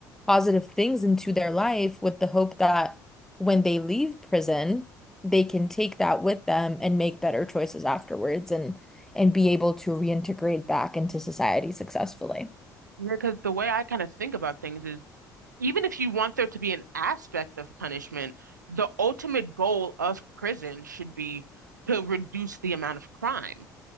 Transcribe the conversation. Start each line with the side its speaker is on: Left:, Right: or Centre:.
Centre: positive things into their life with the hope that when they leave prison, they can take that with them and make better choices afterwards and and be able to reintegrate back into society successfully.
Right: Because the way I kind of think about things is even if you want there to be an aspect of punishment, the ultimate goal of prison should be to reduce the amount of crime.